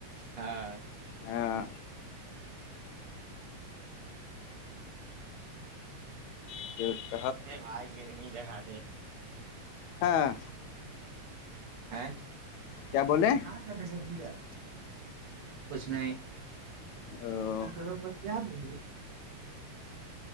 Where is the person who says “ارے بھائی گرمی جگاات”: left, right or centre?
Right